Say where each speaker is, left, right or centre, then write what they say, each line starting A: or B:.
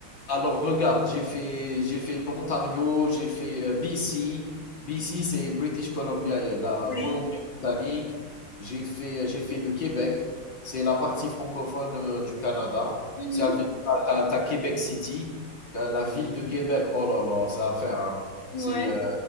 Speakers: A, on the left (about 80°); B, on the left (about 45°).
A: Alors regarde, j'ai fait, j'ai fait l'Ontario, j'ai fait euh, BC. BC, c'est British Columbia, euh, la
B: Ouais.
A: Colombie-Britannique. J'ai fait, euh, j'ai fait le Québec. C'est la partie francophone euh, du Canada.
B: Mhm.
A: C'est avec t'as, t'as- Québec City, euh, la ville de Québec. Oh là là, ça à faire. hein.
B: Ouais.
A: C'est euh,